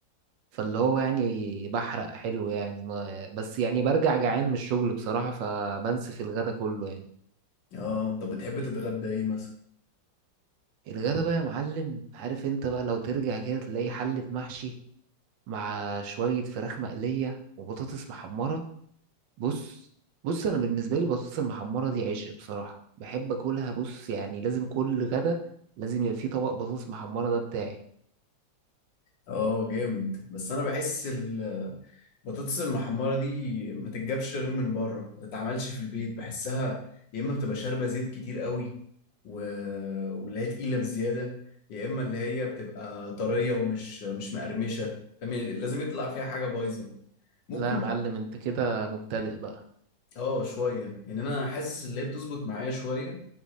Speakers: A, on the right (about 75°); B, on the left (about 70°).
A: فاللي هو يعني بحرق حلو يعني ما... بس يعني برجع جعان من الشغل بصراحه فبنسف الغدا كله يعني
B: اه طب بتحب تتغدى ايه مثلا؟
A: الغدا بقى يا معلم عارف انت بقى لو ترجع كده تلاقي حلة محشي مع شوية فراخ مقلية وبطاطس محمرة بص بص انا بالنسبة لي البطاطس المحمرة دي عشق بصراحة بحب اكلها بص يعني لازم كل غدا لازم يبقى فيه طبق بطاطس محمرة ده بتاعي
B: اه جامد بس انا بحس ال بطاطس المحمرة دي ما تتجابش غير من بره ما تتعملش في البيت بحسها يا إما بتبقى شاربة زيت كتير قوي و... واللي هي تقيلة بزيادة يا إما اللي هي بتبقى طرية ومش مش مقرمشة فاهم يعني لازم يطلع فيها حاجة بايظة ممكن
A: لا يا معلم
B: بقى
A: انت كده مبتدئ بقى
B: اه شوية يعني أنا حاسس اللي هي بتظبط معايا شوية